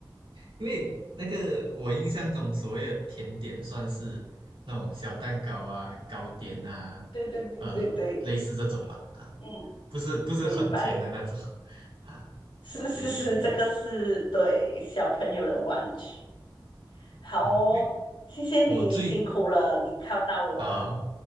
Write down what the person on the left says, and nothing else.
对对对对对，
嗯，
明白，
是是是，
这个是对小朋友的玩具。好哦，
谢谢你，
你辛苦了，你靠到我了。